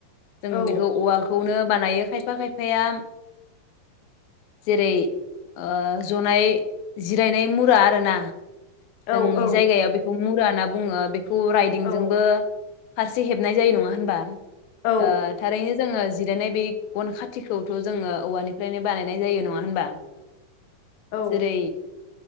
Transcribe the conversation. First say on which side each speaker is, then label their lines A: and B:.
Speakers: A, on the left; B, on the left.
A: जों
B: औ
A: बेखौ औवाखौनो बानायो खायफा खायफाया जेरै ओह जनाय जिरायनाय मुरा आरोना
B: औ
A: जोंनि
B: औ
A: जायगाया बेखौ मुरा ना बुङो। बे खौ राइदिंजोंबो
B: औ
A: फारसे हेबनाय जायो नङा होनबा?
B: औ
A: ओ थारैनो जोङो जिरायनाय बे गन खाथिखौथ' जोङो औवानिफ्रायनो बानायनाय जायो नङा होनबा
B: औ
A: जेरै